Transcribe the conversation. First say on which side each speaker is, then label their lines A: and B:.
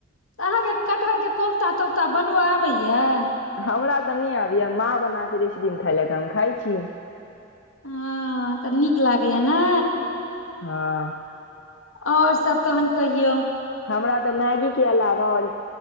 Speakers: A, on the left; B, on the left.
A: तऽ अहाँके कटहरके कोफ्ता तोफ्ता बनबय आबैया
B: हमरा तऽ नहि आबैया माँ बनाके <unintelligible> खायइ लए तऽ हम खाय छियै
A: हँ तऽ नीक लागैया नै
B: हँ
A: और सब तहन कहियौ
B: हमरा तऽ मैगी के अलावा और